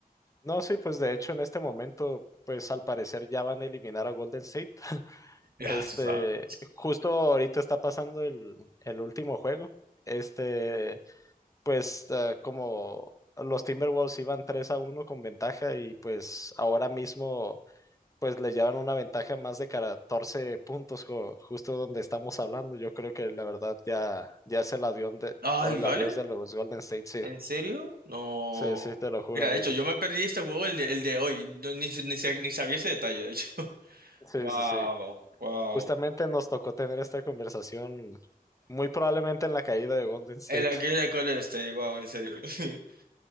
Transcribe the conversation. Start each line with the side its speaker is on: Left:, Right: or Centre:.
Left: No, sí, pues de hecho en este momento, pues al parecer ya van a eliminar a Golden State.
Right: Ya,
Left: Este,
Right: tú sabes.
Left: justo ahorita está pasando el, el último juego. Este, pues ah, como los Timberwolves iban 3 a uno con ventaja y pues ahora mismo pues le llevan una ventaja más de 14 puntos jo- justo donde estamos hablando. Yo creo que la verdad ya, ya es el adiós de,
Right: ay,
Left: el
Right: ¿vale?
Left: adiós de los Golden State, sí.
Right: ¿En serio? No.
Left: Sí, sí, te lo juro,
Right: Mira,
Left: amigo.
Right: de hecho, yo me perdí este juego el de, el de hoy, No, ni, ni, sa- ni sabía ese detalle, de hecho. <laughs>
Left: Sí,
Right: Wow,
Left: sí, sí.
Right: wow.
Left: Justamente nos tocó tener esta conversación muy probablemente en la caída de Golden State.
Right: El aquel de Golden State, wow, en serio. <laughs>